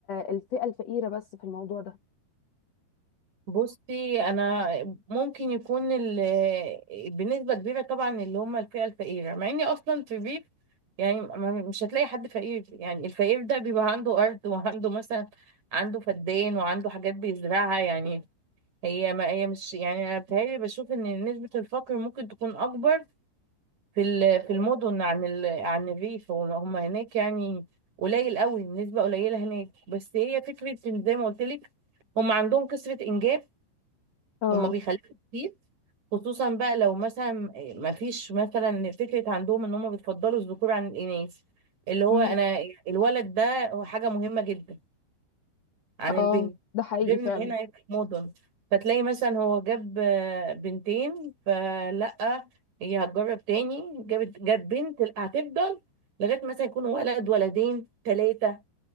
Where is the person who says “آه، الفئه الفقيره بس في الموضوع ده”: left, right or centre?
Left